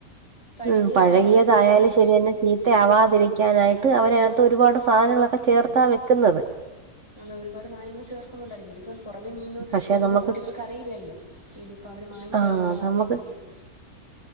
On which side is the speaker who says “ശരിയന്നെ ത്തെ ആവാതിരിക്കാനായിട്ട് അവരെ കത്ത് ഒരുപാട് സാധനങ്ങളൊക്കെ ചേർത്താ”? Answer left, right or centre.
Right